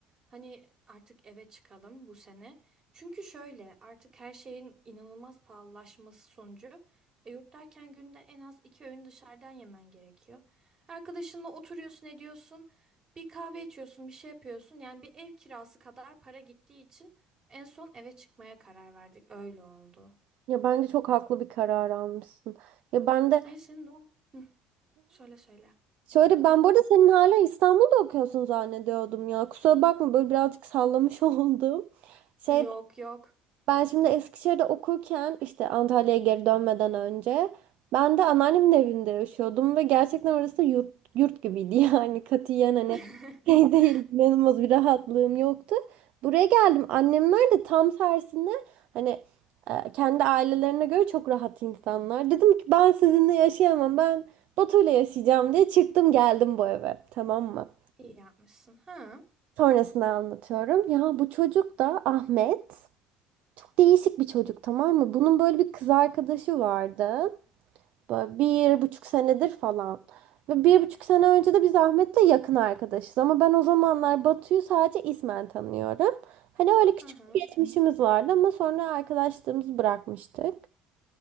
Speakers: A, on the right (about 35°); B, on the right (about 65°).
A: hani artık eve çıkalım bu sene. Çünkü şöyle artık her şeyin inanılmaz pahalılaşması sonucu. E, yurt derken günde en az iki öğün dışarıdan yemen gerekiyor. Arkadaşınla oturuyorsun, ediyorsun, bir kahve içiyorsun, bir şey yapıyorsun. Yani bir ev kirası kadar para gittiği için en son eve çıkmaya karar verdik. Öyle oldu.
B: Ya bence çok haklı bir karar almışsın. Ya ben de
A: Neyse, no. Hı, söyle söyle.
B: Şöyle ben burada senin hala İstanbul'da okuyorsun zannediyordum ya. Kusura bakma böyle birazcık sallamış <laughs> oldum. Şey
A: Yok yok.
B: ben şimdi Eskişehir'de okurken işte Antalya'ya geri dönmeden önce ben de anneannemin evinde yaşıyordum ve gerçekten orası da yurt, yurt gibiydi <laughs> yani katiyen hani
A: <laughs>
B: şey değil inanılmaz bir rahatlığım yoktu. Buraya geldim annemler de tam tersinde hani e, kendi ailelerine göre çok rahat insanlar. Dedim ki ben sizinle yaşayamam ben Batu'yla yaşayacağım diye çıktım geldim bu eve tamam mı?
A: İyi yapmışsın. Ha,
B: Sonrasını anlatıyorum. Ya bu çocuk da Ahmet. Çok değişik bir çocuk tamam mı? Bunun böyle bir kız arkadaşı vardı. Böyle bir buçuk senedir falan. Ve bir buçuk sene önce de biz Ahmet'le yakın arkadaşız. Ama ben o zamanlar Batu'yu sadece ismen tanıyorum. Hani öyle küçük
A: ha, ha.
B: bir geçmişimiz vardı ama sonra arkadaşlığımızı bırakmıştık.